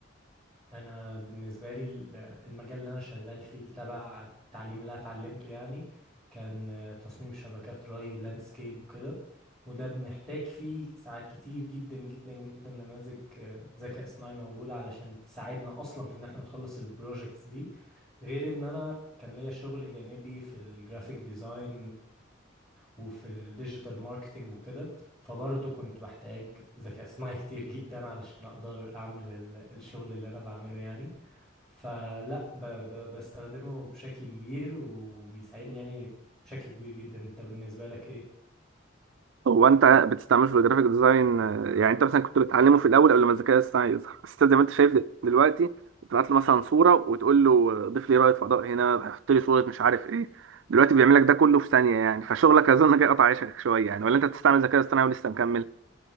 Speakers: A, in the centre; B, on the right (about 75°).
A: انا بالنسبه لي ال- المجال اللي انا شغال فيه تبع التعليم اللي أنا اتعلمته يعني كان آه، تصميم شبكات ري ولاندسكيب وكده وده بنحتاج فيه ساعات كتير جدا جدا جدا نماذج آه، ذكاء اصطناعي موجوده علشان تساعدنا اصلا في ان احنا نخلص البروجكتس دي غير ان انا كان ليا شغل جانبي في الجرافيك ديزاين وفي الديجيتال ماركتينج وكده فبرضه كنت بحتاج ذكاء اصطناعي <laughs> كتير جدا علشان اقدر اعمل ال- الشغل اللي انا بعمله يعني فلا ب ب بستخدمه بشكل كبير وبيساعدني يعني بشكل كبير جدا انت بالنسبة لك ايه؟
B: هو انت بتستعمله في الجرافيك ديزاين آه، يعني انت مثلا كنت بتعلمه في الاول قبل ما الذكاء الاصطناعي يظهر بس انت زي ما انت شايف دل- دلوقتي بتبعت له مثلا صورة وتقول له آه، ضيف لي رائد فضاء هنا حط لي صورة مش عارف ايه دلوقتي بيعمل لك ده كله في ثانية يعني فشغلك اظن جاي قطع عيشك شوية يعني ولا انت بتستعمل الذكاء الاصطناعي ولسه مكمل